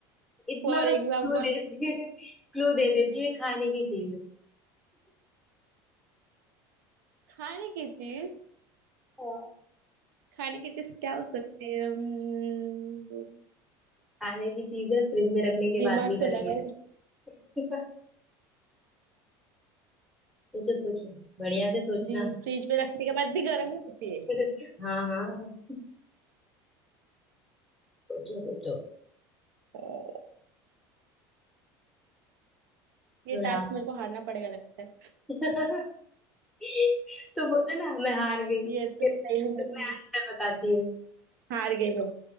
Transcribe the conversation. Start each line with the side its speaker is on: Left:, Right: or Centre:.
Right: <laughs>
Centre: इतना मैं
Right: For example
Centre: क्लू दे <laughs> क्लू दे देती हूँ ये खाने की चीज है
Right: खाने की चीज
Centre: हाँ।
Right: खाने की चीज क्या हो सकती है हम्म,
Centre: खाने की चीज है फ्रिज में रखने के
Right: दिमाग
Centre: बाद भी
Right: तो
Centre: गर्म
Right: लगा
Centre: ही
Right: है।
Centre: रहती है <laughs> सोचो सोचो बढ़िया से सोचना
Right: दिन फ्रिज में रखने के बाद भी गर्म ही होती है
Centre: <laughs> हाँ हाँ सोचो सोचो
Right: ओ, ये
Centre: थोड़ा
Right: टास्क मेरे को हारना पड़ेगा लगता है
Centre: <laughs> <laughs> तो बोला ना मैं हार गई
Right: ये
Centre: फिर
Right: तो पहले
Centre: फिर
Right: मेरे को नहीं-
Centre: मैं आंसर बताती हूँ
Right: हार गई मैं